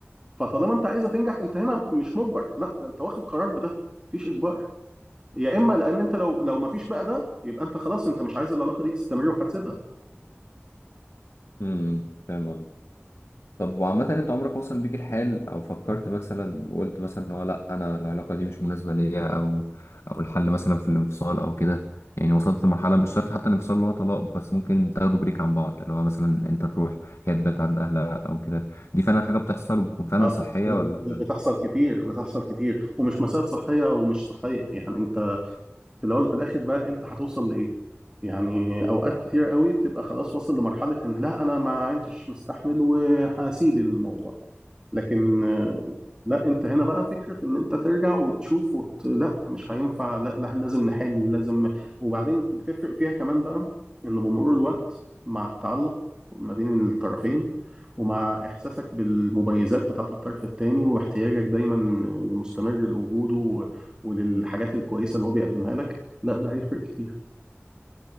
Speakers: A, on the right; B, on the left.
A: فطالما انت عايزها تنجح انت هنا مش مجبر لا ده انت واخد قرار بده مفيش اجبار يا اما لان انت لو لو مفيش بقى ده يبقى انت خلاص انت مش عايز العلاقه دي تستمر وهتسيبها
B: امم فاهم طب وعامة انت عمرك وصل بيك الحال او فكرت مثلا وقلت مثلا ان هو لا انا العلاقة دي مش مناسبة ليا او او الحل مثلا في الانفصال او كده يعني وصلت لمرحلة مش شرط حتى الانفصال اللي هو طلاق بس ممكن تاخدوا بريك عن بعض اللي هو مثلا انت تروح هي تبات عند اهلها او كده دي فعلا حاجة بتحصل وبتكون فعلا
A: آه،
B: صحية
A: بت-
B: ولا لا؟
A: بتحصل كتير بتحصل كتير ومش مسائل صحية أو مش صحية يعني أنت في الأول في الآخر بقى أنت هتوصل لإيه؟ يعني أوقات كتير قوي بتبقى خلاص واصل لمرحلة إن لا أنا ما عدتش مستحمل وهسيب الموضوع لكن آه، لا انت هنا بقى فكرة ان انت ترجع وتشوف وت... لا مش هينفع لا, لا لازم نحل لازم وبعدين بتفرق فيها كمان بقى ان بمرور الوقت مع التعلق ما بين الطرفين ومع احساسك بالمميزات بتاعة الطرف التاني واحتياجك دايما المستمر لوجوده و... وللحاجات الكويسة اللي هو بيقدمها لك لا ده هيفرق كتير